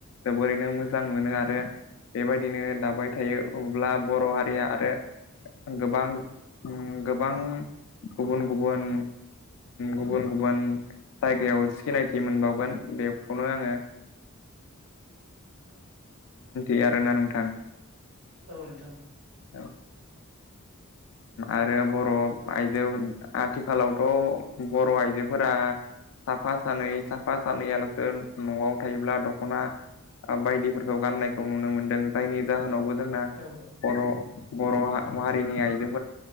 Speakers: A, on the left; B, on the right.
A: जोबोरैनो मोजां मोनो आरो बेबायदिनो दाबाय थायो अब्ला बर' हारिया आरो गोबां उम गोबां गुबुन गुबुन गुबुन गुबुन जायगायाव सिनायथि मोनबावगोन बेखौनो आङोथि द आरोना नोंथां
B: औ नोंथां
A: औ आरो बर' आइजो आथिखालावथ' बर' आइजोफोरा साफा सानै साफा सानैयालस न'आव थायोब्ला दख'ना बायदिफोरखौ गाननायखौ नुनो मोनदों जायनि जाहोनावबो जोंना
B: औ औ
A: बर' बर' मारिनि आइजो